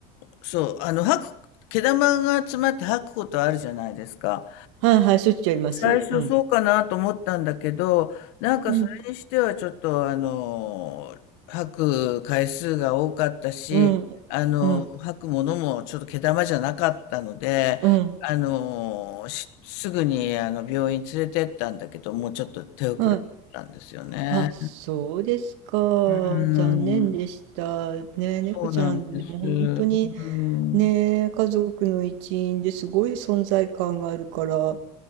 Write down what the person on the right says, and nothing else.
あ、はいはい、しょっちゅうやります。
うん。
うん。
うん。
うん。
うん。
はい。あ、そうですか。
残念でした。
ね、猫ちゃん、
でも本当に
ね、家族の一員ですごい存在感があるから、